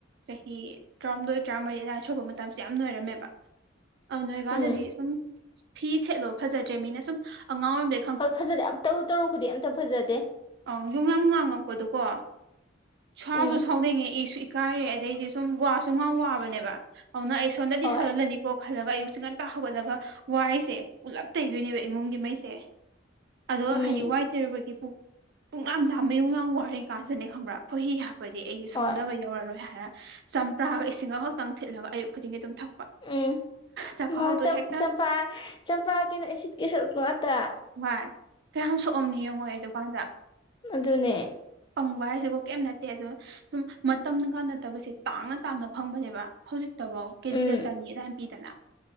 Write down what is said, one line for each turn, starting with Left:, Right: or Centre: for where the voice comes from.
Right: ꯆꯍꯤ ꯇꯔꯥꯍꯨꯝꯗꯣꯏ ꯇꯔꯥꯃꯔꯤ ꯑꯗꯨꯋꯥꯏ ꯁꯨꯄ ꯃꯇꯝꯁꯦ ꯌꯥꯝ ꯂꯣꯏꯔꯝꯃꯦꯕ ꯑꯗꯨ ꯅꯣꯏꯀꯥꯟꯗꯗꯤ
Left: ꯎꯝ
Right: ꯁꯨꯝ ꯐꯤ ꯁꯦꯠꯂꯣ ꯐꯖꯗ꯭ꯔꯦ ꯃꯤꯅ ꯁꯨꯝ ꯑꯉꯥꯡꯔꯝꯗ
Left: ꯍꯣꯏ ꯐꯖꯗꯦ ꯇꯔꯨꯛ ꯇꯔꯨꯛ ꯈꯨꯗꯤ ꯑꯝꯇ ꯐꯖꯗꯦ
Right: ꯑꯥꯎ ꯌꯨꯝ ꯌꯥꯝ ꯉꯥꯡꯉꯛꯄꯗꯣꯀꯣ ꯁꯥꯎꯁꯨ
Left: ꯎꯝ
Right: ꯁꯥꯎꯗꯩꯉꯦ ꯏꯁꯨ ꯀꯥꯏꯔꯦ ꯑꯗꯩꯗꯤ ꯁꯨꯝ ꯋꯥꯁꯨ ꯉ ꯋꯥꯕꯅꯦꯕ ꯑꯗꯨꯅ ꯑꯩ ꯁꯣꯝꯗꯗꯤ
Left: ꯍꯣꯏ
Right: ꯁꯣꯜꯍꯜꯂꯅꯤ ꯀꯣ ꯈꯜꯂꯒ ꯑꯌꯨꯛ ꯤꯡ ꯉꯟꯇꯥ ꯍꯧꯒꯠꯂꯒ ꯋꯥꯔꯤꯁꯦ ꯄꯨꯂꯞ ꯇꯩꯗꯣꯏꯅꯦꯕ ꯏꯃꯨꯡꯒꯤ ꯃꯩꯁꯦ ꯑꯗꯣ
Left: ꯎꯝ
Right: ꯍꯥꯏꯗꯤ ꯋꯥꯏ ꯇꯔꯕꯒꯤ ꯄꯨꯡ ꯄꯨꯡ ꯌꯥꯝ ꯂꯥꯝꯕꯌꯨꯡ ꯌꯥꯝꯥꯡ ꯋꯥꯔꯤ ꯀꯥꯟꯁꯤꯅꯦ ꯈꯪꯕ꯭ꯔꯥ ꯈꯣꯏꯍꯤ ꯍꯥꯞꯄꯗꯤ ꯑꯩꯁ
Left: ꯍꯣꯏ
Right: ꯁꯣꯟꯊꯕ ꯌꯧꯔꯔꯣꯏ ꯍꯥꯏꯔ ꯆꯝꯄ꯭ꯔꯥꯒ ꯏꯁꯤꯡ ꯑꯃꯐꯥꯎꯛꯇꯪ ꯊꯤꯠꯂꯕ ꯑꯌꯨꯛ ꯈꯨꯗꯤꯡꯒꯤ ꯑꯗꯨꯝ ꯊꯛꯄ
Left: ꯎꯝ
Right: ꯆꯥꯛꯈꯥꯎꯗꯣ
Left: ꯃꯥ
Right: ꯍꯦꯛꯇ
Left: ꯆꯝꯥ ꯆꯝꯄ꯭ꯔꯥ ꯀꯅ ꯏꯁꯤꯠꯀꯤꯦ ꯁ ꯎꯅꯣ ꯑꯠꯇ꯭ꯔ
Right: ꯚꯏ ꯀꯌꯥꯝ ꯁꯣꯛꯑꯝꯅꯤ ꯌꯦꯡꯉꯣꯑ ꯗꯨꯀꯥꯟꯗ
Left: ꯑꯗꯨꯅꯦ
Right: ꯐꯪꯕ ꯍꯥꯏꯁꯤꯀꯣ ꯀꯩꯝ ꯅꯠꯇꯦ ꯑꯗꯣ ꯁꯨꯝ ꯃꯇꯝꯀ ꯅꯠꯇꯕꯁꯦ ꯇꯥꯡꯅ ꯇꯥꯡꯅ ꯐꯪꯕꯅꯦꯕ ꯍꯧꯖꯤꯛꯇꯐꯥꯎ ꯀꯦꯖꯤꯗ
Left: ꯎꯝ
Right: ꯆꯅꯤ ꯑꯗꯨꯗꯥꯏꯝ ꯄꯤꯗꯅ